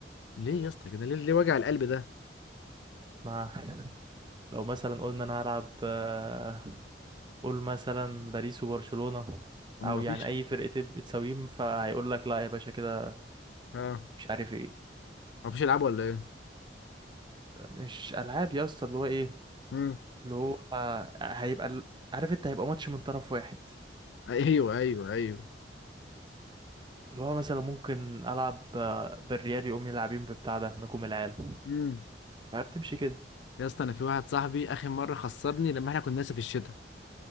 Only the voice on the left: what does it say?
ليه يا اسطى كده ليه ليه وجع القلب ده
هم
ما
فيش
اه
ما فيش العاب ولا ايه
امم
ايوه ايوه ايوه
امم
يا اسطى انا في واحد صاحبي اخر مره خسرني لما احنا كنا لسه في الشتاء